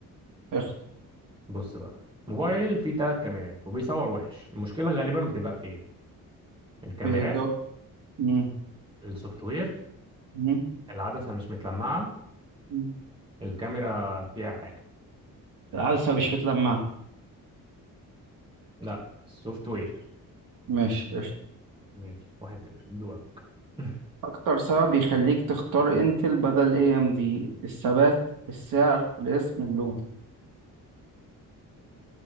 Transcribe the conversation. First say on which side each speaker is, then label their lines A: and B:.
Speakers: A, on the right (about 70°); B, on the right (about 15°).
A: اخت
B: بص بقى موبايل فيه ثلاث كاميرات وبيصور وحش المشكلة غالبا بتبقى في إيه الكاميرات
A: في جولة مم.
B: السوفت وير
A: مم.
B: العدسة مش متلمعة
A: مم.
B: الكاميرا فيها حاجة
A: العدسة مش متلمعة
B: لا السوفت وير
A: ماشي قشطة
B: ماشي واحد صفر دورك <laughs>
A: أكتر سبب بيخليك تختار انتل بدل اي ام دي الثبات السعر الاسم اللون